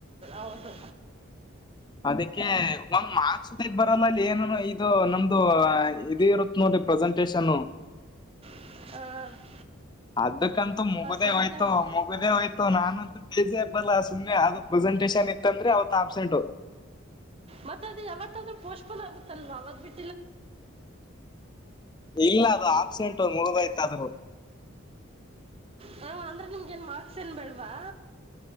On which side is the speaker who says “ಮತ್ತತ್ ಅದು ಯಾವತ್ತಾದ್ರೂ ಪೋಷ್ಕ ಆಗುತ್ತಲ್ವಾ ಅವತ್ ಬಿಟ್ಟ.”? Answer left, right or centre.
Right